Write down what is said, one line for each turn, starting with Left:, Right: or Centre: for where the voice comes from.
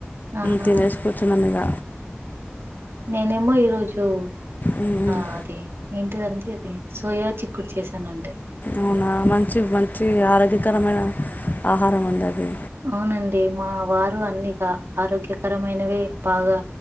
Right: ఆహా
Left: తినేసి కూర్చున్నం ఇక
Right: నేనేమో ఈరోజు
Left: ఉమ్,
Right: ఆ
Left: ఉమ్.
Right: అది ఎం ఏంటిదండి అది సోయా చిక్కుడు చేసానండి
Left: అవునా మంచి మంచి ఆరోగ్యకరమైన ఆహారం అండి అది
Right: అవునండి మా వారు అన్నిఇక ఆరోగ్యకరమైనవే బాగా